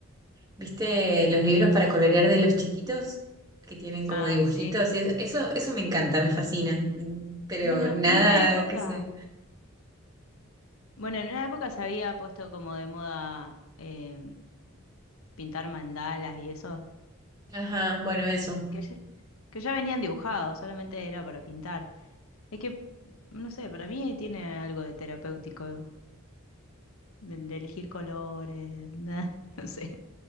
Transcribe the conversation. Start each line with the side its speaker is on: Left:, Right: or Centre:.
Right: ¿Viste los libros para colorear de los chiquitos que tienen como
Left: Ah,
Right: dibujitos?
Left: sí.
Right: Y es- eso, eso me encanta, me fascina. Mm, Pero
Left: Bueno,
Right: nada
Left: en una época,
Right: que sé.
Left: bueno, en una época se había puesto como de moda eh, pintar mandalas y eso,
Right: Ajá, bueno, eso.
Left: que ya, que ya venían dibujados, solamente era para pintar. Es que, no sé, para mí tiene algo de terapéutico, el de elegir colores, nada, <laughs> no sé.